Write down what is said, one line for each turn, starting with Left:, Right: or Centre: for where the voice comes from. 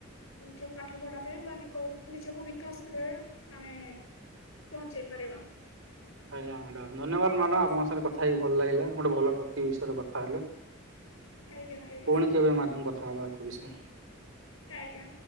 Left: ଯଉ ପାଠ ପଢ଼ାରେ ବା ନିକ-ନିଜକୁ ବିକାଶ କରିବାରେ ଆମେ ପହଞ୍ଚେଇ ପାରିବା।
Right: ଆଜ୍ଞା ମ୍ୟାଡ଼ାମ ଧନ୍ୟବାଦ ମ୍ୟାଡାମ ଆପଣଙ୍କ ସାଙ୍ଗ ରେ କଥା ହେଇକି ଭଲ ଲାଗିଲା ଗୋଟେ ଭଲ ଟପିକ ବିଷୟରେ କଥା ହେଲେ।
Left: ଆଜ୍ଞା ଆଜ୍ଞା
Right: ପୁଣି କେବେ ମ୍ୟାଡ଼ାମ କ କଥା ହବା ଆଉ କୋଉ ବିଷୟରେ
Left: ଆଜ୍ଞା।